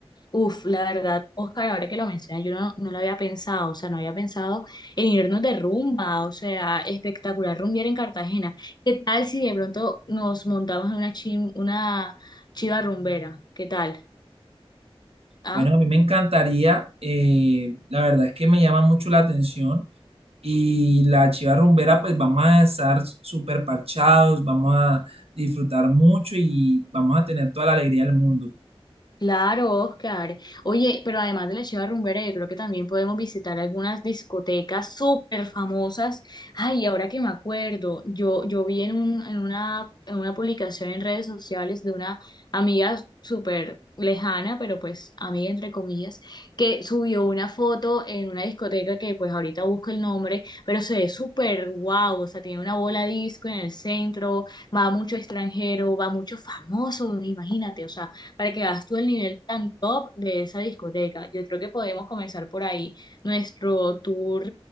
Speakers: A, on the left (about 45°); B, on the right (about 75°).
A: Uf, la verdad, Oscar, ahora que lo mencionas, yo no, no lo había pensado, o sea, no había pensado en irnos de rumba, o sea, espectacular rumbear en Cartagena. ¿Qué tal si de pronto nos montamos en una, chim- una chiva rumbera? ¿Qué tal? ¿Ah?
B: Bueno, a mí me encantaría, eh, la verdad es que me llama mucho la atención y la chiva rumbera, pues vamos a estar súper parchados, vamos a disfrutar mucho y vamos a tener toda la alegría del mundo.
A: Claro, Oscar. Oye, pero además de la Chiva Rumbera, yo creo que también podemos visitar algunas discotecas súper famosas. Ay, ahora que me acuerdo, yo, yo vi en un, en una, en una publicación en redes sociales de una amiga súper lejana, pero pues amiga entre comillas, que subió una foto en una discoteca que pues ahorita busco el nombre, pero se ve súper guau, o sea, tiene una bola disco en el centro, va mucho extranjero, va mucho famoso, imagínate, o sea para que hagas tú el nivel tan top de esa discoteca. Yo creo que podemos comenzar por ahí nuestro tour